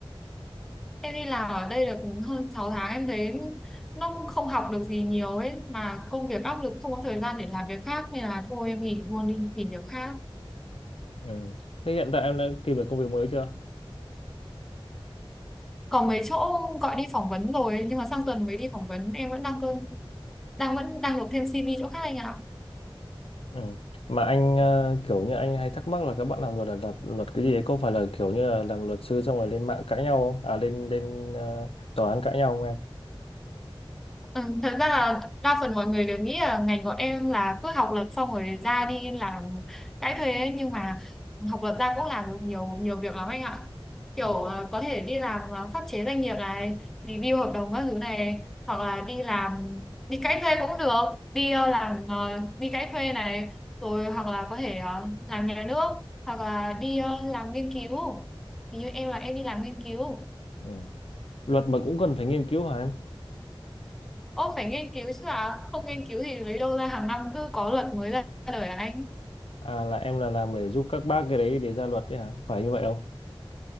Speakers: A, in the centre; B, on the left.
A: Em đi làm ở đây được hơn sáu tháng em thấy Nó cũng không học được gì nhiều ấy Mà công việc áp lực không có thời gian để làm việc khác Nên là thôi em nghỉ luôn đi tìm việc khác
B: Ừ. Thế hiện tại em đã tìm được công việc mới chưa?
A: Còn mấy chỗ gọi đi phỏng vấn rồi Nhưng mà sang tuần mới đi phỏng vấn Em vẫn đang cơ đang vẫn đang nộp thêm CV chỗ khác anh ạ
B: Ừ. Mà anh ờ, kiểu như anh hay thắc mắc là các bạn làm luật là làm luật cái gì ấy? Có phải là kiểu như là làm luật sư xong rồi lên mạng cãi nhau không? À lên lên ờ, tòa án cãi nhau không em?
A: Ừ, thật ra là đa phần mọi người đều nghĩ là ngành bọn em là cứ học luật xong rồi ra đi làm cái thuê ấy. nhưng mà học luật ra cũng làm được nhiều nhiều việc lắm anh ạ kiểu
B: Ừ.
A: ờ, có thể đi làm ờ, pháp chế doanh nghiệp này review hợp đồng các thứ này hoặc là đi làm đi cãi thuê cũng được đi ờ, làm ờ, đi cãi thuê này rồi hoặc là có thể ờ, làm nhà nước hoặc là đi ờ, làm nghiên cứu thì như em là em đi làm nghiên cứu
B: Ừ. Luật mà cũng cần phải nghiên cứu hả em?
A: Ô phải nghiên cứu chứ là không nghiên cứu thì lấy đâu ra hàng năm cứ có luật mới ra đời hả anh?
B: À là em là làm để giúp các bác cái đấy để ra luật đấy hả? Phải như vậy không?